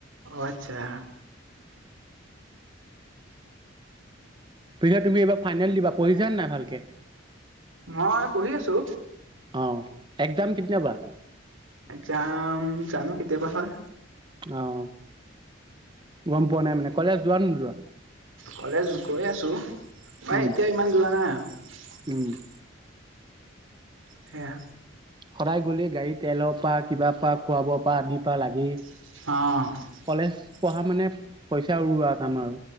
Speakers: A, on the right (about 85°); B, on the right (about 25°).
A: অ' আচ্ছা।
B: পিছে তুমি এইবাৰ ফাইনেল দিবা। পঢ়িছা নে নাই ভালকে।
A: মই পঢ়ি আছো।
B: অ' একজাম কেতিয়া পৰা।
A: একজাম জানো কেতিয়াবা হয়।
B: অ' গ'ম পোৱা নাই মানে, কলেজ যোৱা নে নোযোৱা?
A: কলেজ গৈ আছো। মই
B: উম,
A: এতিয়া ইমান যোৱা নাই আৰু।
B: উম।
A: সেয়া।
B: সদায় গ'লে গাড়ী তেলৰ পা কিবা পা খুৱা বোৱা পা আদিৰ পা লাগেই।
A: অ'
B: কলেজ পঢ়া মানে পইচা উৰুৱা কাম আৰু।